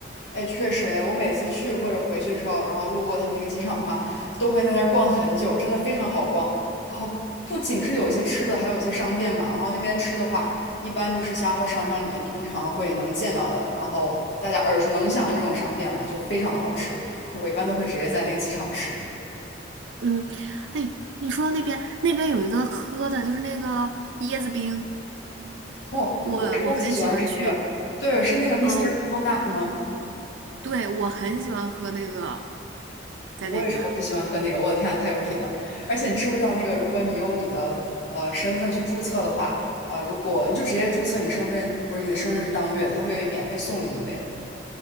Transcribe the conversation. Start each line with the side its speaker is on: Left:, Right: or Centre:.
Left: 哎，确实，哎，我每次去或者回去的时候，然后路过他们那个机场的话，都会在那儿逛很久，真的非常好逛。然后不仅是有一些吃的，还有一些商店嘛。然后那边吃的话，一般就是新加坡商场里面通常会能见到的，然后大家耳熟能详的这种商店啦，就是非常的好吃。<laughs> 我一般都会直接在那个机场吃。
Right: 嗯，哎，你说到那边那边有一个喝的，就是那个椰子冰，
Left: 哦，
Right: 我我很喜欢去，
Left: 我超级喜欢吃那个，对，是那个 Mr.
Right: 呃，
Left: i s t e Coconut 吗？
Right: 对，我很喜欢喝那个，在那边。
Left: 我也超级喜欢喝那个，我的天啊，太有品了！而且你知不知道，那个如果你用你的呃身份去注册的话，呃，如果你就直接注册你身份，不是你的生日是当月，他会免费送你一杯。